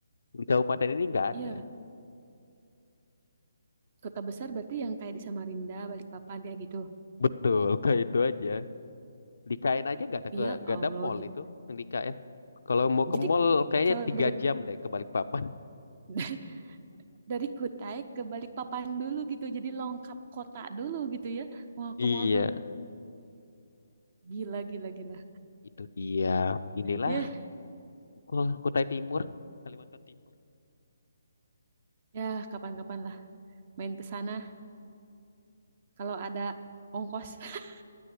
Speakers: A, on the left; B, on the right.
A: Di kabupaten ini nggak
B: Iya,
A: ada.
B: kota besar berarti yang kayak di Samarinda, Balikpapan kayak gitu.
A: Betul, <laughs> kayak itu aja. Di KN aja nggak ada
B: Iya,
A: ke nggak
B: Allah.
A: ada mall
B: J-
A: itu yang di KN. Kalau mau ke
B: Jadi
A: mall kayaknya
B: kalau
A: tiga
B: dari
A: jam deh ke Balikpapan. <laughs>
B: <laughs> dari Kutai ke Balikpapan dulu gitu. Jadi lengkap kota dulu gitu ya. Mau ke
A: Iya,
B: mall tuh. Gila, gila, gila.
A: itu dia. Inilah
B: Ya,
A: Ku- Kutai Timur, Kalimantan Timur.
B: ya kapan-kapan lah main ke sana kalau ada ongkos. <laughs>